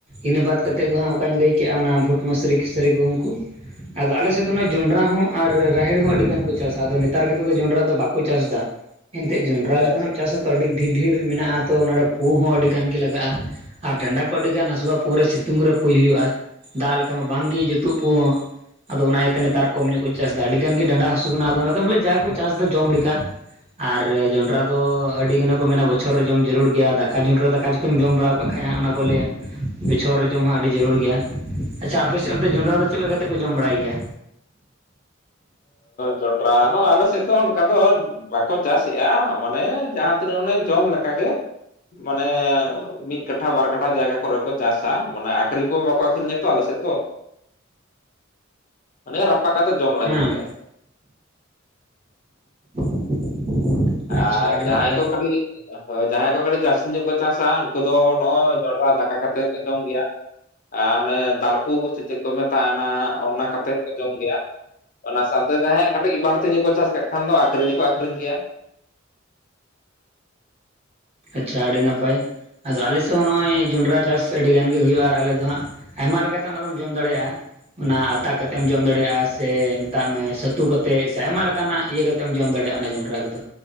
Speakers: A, on the right; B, on the left.
A: ᱤᱱᱟᱹ ᱵᱟᱫ ᱠᱟᱛᱮᱫ ᱫᱚ ᱦᱟᱸᱜ ᱚᱠᱟᱧ ᱞᱟᱹᱭ ᱠᱮᱜᱼᱟ ᱚᱱᱟ ᱵᱷᱩᱴ ᱢᱟᱹᱥᱨᱤ ᱠᱷᱟᱹᱥᱨᱤ ᱠᱚ ᱩᱝᱠᱩ ᱟᱫᱚ ᱟᱞᱮ ᱥᱮᱫ ᱫᱚ ᱱᱚᱼᱚᱭ ᱡᱚᱸᱰᱨᱟ ᱦᱚᱸ ᱟᱨ ᱨᱟᱦᱮᱲ ᱦᱚᱸ ᱟᱹᱰᱤ ᱜᱟᱱ ᱠᱚ ᱪᱟᱥᱟ, ᱟᱫᱚ ᱱᱮᱛᱟᱨ ᱠᱟᱛᱮᱫ ᱫᱚ ᱡᱚᱸᱰᱨᱟ ᱫᱚ ᱵᱟᱠᱚ ᱪᱟᱥᱫᱟ᱾ ᱮᱱᱛᱮᱡ ᱡᱚᱸᱰᱨᱟ ᱡᱚᱠᱷᱚᱱᱮᱢ
B: ᱟᱪᱪᱷᱟ
A: ᱪᱟᱥᱟ ᱛᱚ ᱟᱹᱰᱤ ᱰᱷᱮᱨ ᱰᱷᱮᱨ ᱢᱮᱱᱟᱜᱼᱟ ᱛᱚ ᱚᱱᱟᱨᱮ ᱯᱳ ᱦᱚᱸ ᱟᱹᱰᱤ ᱜᱟᱱ ᱜᱮ ᱞᱟᱜᱟᱜᱼᱟ ᱟᱨ ᱰᱟᱱᱰᱟ ᱠᱚ ᱟᱹᱰᱤᱜᱟᱱ ᱦᱟᱹᱥᱩᱣᱟ ᱯᱩᱨᱮ ᱥᱤᱛᱩᱝ ᱨᱮ ᱯᱩᱭ ᱦᱩᱭᱩᱜᱼᱟ ᱫᱟᱜ ᱞᱮᱠᱟ ᱢᱟ ᱵᱟᱝᱜᱮ ᱡᱩᱛᱩᱜ ᱯᱩ ᱦᱚᱸ ᱟᱫᱚ ᱚᱱᱟ ᱤᱭᱟᱹᱛᱮ ᱱᱮᱛᱟᱨ ᱠᱚᱢ ᱧᱚᱜ ᱠᱚ ᱪᱟᱥ ᱫᱟ ᱟᱹᱰᱤ ᱜᱟᱱ ᱜᱮ ᱰᱟᱸᱰᱟ ᱦᱟᱹᱥᱩ ᱠᱟᱱᱟ ᱟᱫᱚ ᱚᱱᱟᱛᱮ ᱵᱚᱞᱮ ᱡᱟ ᱠᱚ ᱪᱟᱥᱫᱟ ᱡᱚᱢ ᱞᱮᱠᱟ ᱨᱮ ᱡᱚᱸᱰᱨᱟ ᱫᱚ ᱟᱹᱰᱤ ᱜᱟᱱᱮ ᱠᱚ ᱢᱮᱱᱟ ᱵᱚᱪᱷᱚᱨ ᱨᱮ ᱡᱚᱢ ᱡᱟᱹᱨᱩᱲ ᱜᱮᱭᱟ, ᱫᱟᱠᱟ ᱡᱚᱸᱰᱨᱟ ᱫᱟᱠᱟ ᱪᱤᱠᱟᱹᱢ ᱡᱚᱢ ᱵᱟᱲᱟᱣ ᱠᱟᱜ ᱠᱷᱟᱡ ᱦᱟᱸᱜ ᱚᱱᱟᱠᱚ ᱞᱮᱭᱟ ᱵᱚᱪᱷᱚᱨ ᱨᱮ ᱡᱚᱢ ᱦᱚᱸ ᱟᱹᱰᱤ ᱡᱟᱹᱨᱩᱲ ᱜᱮᱭᱟ ᱟᱪᱪᱷᱟ ᱟᱯᱮ ᱥᱮᱜ ᱚᱱᱛᱮ ᱡᱚᱸᱰᱨᱟ ᱫᱚ ᱪᱮᱫ ᱞᱮᱠᱟ ᱠᱟᱛᱮᱫ ᱠᱚ ᱡᱚᱢ ᱵᱟᱲᱟᱭ ᱜᱮᱭᱟ?
B: ᱡᱚᱱᱰᱨᱟ ᱦᱚᱸ ᱟᱞᱮᱥᱮᱫ ᱫᱚ ᱚᱱᱠᱟ ᱫᱚ ᱵᱟᱠᱚ ᱪᱟᱥ ᱮᱜᱼᱟ ᱢᱟᱱᱮ ᱡᱟᱦᱟᱸ ᱛᱤᱱᱟᱹᱜ ᱚᱱᱮ ᱡᱚᱢ ᱞᱮᱠᱟ ᱜᱮ ᱢᱟᱱᱮ ᱢᱤᱫ ᱠᱟᱴᱷᱟ ᱵᱟᱨ ᱠᱟᱴᱷᱟ ᱡᱟᱭᱜᱟ ᱠᱚᱨᱮ ᱠᱚ ᱪᱟᱥᱟ ᱢᱟᱱᱮ ᱟᱠᱷᱨᱤᱧ ᱠᱚ ᱵᱚᱠ ᱟᱹᱠᱷᱨᱤᱧᱟᱛᱚ ᱟᱞᱮ ᱥᱮᱫ ᱫᱚ ᱟᱱᱮ ᱨᱟᱯᱟᱜ ᱠᱟᱛᱮ ᱡᱚᱢ ᱞᱟᱹᱜᱤᱫ
A: ᱦᱮᱸ
B: ᱜᱮ
A: <inaudible>
B: ᱟᱨ
A: ᱟᱹᱰᱤ
B: ᱡᱟᱦᱟᱸᱭ
A: ᱱᱟᱯᱟᱭ
B: ᱠᱚ ᱠᱟᱹᱴᱤᱡ ᱡᱟᱦᱟᱸᱭ ᱠᱚ ᱠᱟᱹᱴ ᱡᱟᱥ ᱧᱚᱜ ᱠᱚ ᱪᱟᱥᱟ ᱩᱱᱠᱩ ᱫᱚ ᱱᱚᱜᱼᱚᱭ ᱡᱚᱸᱰᱨᱟ ᱫᱟᱠᱟ ᱠᱟᱛᱮᱫ ᱠᱚ ᱡᱚᱢ ᱜᱮᱭᱟ ᱟᱨ ᱚᱱᱮ ᱫᱟᱲᱯᱳ ᱠᱚᱥᱮ ᱪᱮᱫ ᱠᱚ ᱢᱮᱛᱟᱜᱼᱟᱱᱟ ᱚᱱᱟ ᱠᱟᱛᱮᱜ ᱦᱚᱸᱠᱚ ᱡᱚᱢ ᱜᱮᱭᱟ ᱚᱱᱟ ᱥᱟᱶᱛᱮ ᱡᱟᱦᱟᱸᱭ ᱠᱟᱹᱴᱤᱡ ᱵᱟᱹᱲᱛᱤ ᱧᱚᱜ ᱠᱚ ᱪᱟᱥ ᱠᱟᱜ ᱠᱷᱟᱱ ᱫᱚ ᱟᱠᱷᱨᱤᱧ ᱦᱚᱸᱠᱚ ᱟᱠᱷᱨᱤᱧ ᱜᱮᱭᱟ᱾
A: ᱟᱪᱪᱷᱟ ᱟᱹᱰᱤ ᱱᱟᱯᱟᱭ, ᱟᱫᱚ ᱟᱞᱮ ᱥᱮᱜ ᱦᱚᱸ ᱱᱚᱜᱼᱚᱭ ᱡᱚᱸᱰᱨᱟ ᱪᱟᱥ ᱟᱹᱰᱤ ᱜᱟᱱ ᱜᱮ ᱦᱩᱭᱩᱜᱼᱟ ᱟᱨ ᱟᱞᱮ ᱫᱚ ᱦᱟᱸᱜ ᱟᱭᱢᱟ ᱞᱮᱠᱟᱛᱮ ᱚᱱᱟᱫᱚᱢ ᱡᱚᱢ ᱫᱟᱲᱮᱭᱟᱜᱼᱟ ᱚᱱᱟ ᱟᱛᱟ ᱠᱟᱛᱮᱢ ᱡᱚᱢ ᱫᱟᱲᱮᱭᱟᱜᱼᱟ, ᱥᱮ ᱢᱮᱛᱟᱜ ᱢᱮ ᱥᱟᱹᱛᱩ ᱠᱟᱛᱮᱜ ᱥᱮ ᱟᱭᱢᱟ ᱞᱮᱠᱟᱱᱟᱜ ᱤᱭᱟᱹ ᱠᱟᱛᱼᱼ ᱮᱢ ᱡᱚᱢ ᱫᱟᱲᱮᱭᱟᱜᱼᱟ ᱚᱱᱟ ᱡᱚᱱᱰᱨᱟ ᱠᱚᱫᱚ᱾